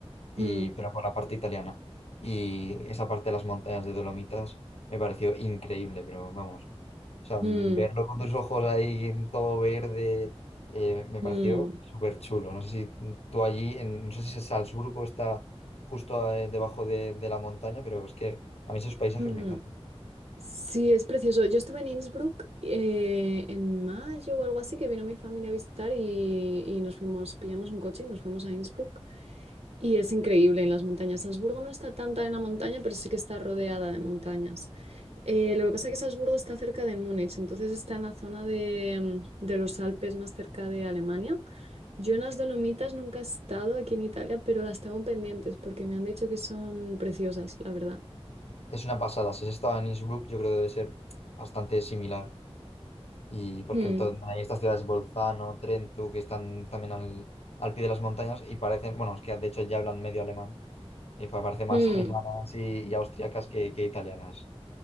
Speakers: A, on the left (about 70°); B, on the right (about 75°).
A: y,
B: mm,
A: pero por la parte italiana. Y esa parte de las montañas de Dolomitas me pareció increíble, pero vamos, o sea,
B: mm,
A: mm, verlo con tus ojos ahí en todo verde, eh, me
B: mm,
A: pareció súper chulo. No sé si tú allí, en- no sé si Salzburgo está justo eh, debajo de, de la montaña, pero es que a mí esos paisajes
B: mm.
A: me encantan.
B: Sí, es precioso. Yo estuve en Innsbruck eh, en mayo o algo así, que vino mi familia a visitar y, y nos fuimos, pillamos un coche y nos fuimos a Innsbruck. Y es increíble en las montañas. Salzburgo no está tanta en la montaña, pero sí que está rodeada de montañas. Eh, lo que pasa es que Salzburgo está cerca de Múnich, entonces está en la zona de, mm, de los Alpes más cerca de Alemania. Yo en las Dolomitas nunca he estado aquí en Italia, pero las tengo pendientes porque me han dicho que son preciosas, la verdad.
A: Es una pasada. Si has estado en Innsbruck, yo creo que debe ser bastante similar. Y porque
B: Mm,
A: entonces hay estas ciudades, Bolzano, Trento, que están también al, al pie de las montañas y parecen, bueno, es que de hecho ya hablan medio alemán. Y pa- parece más
B: mm.
A: <laughs> alemanas y, y austriacas que, que italianas.